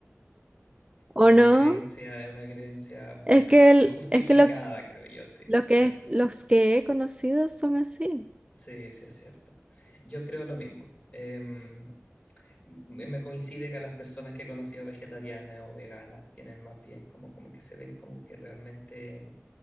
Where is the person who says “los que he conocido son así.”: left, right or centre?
Right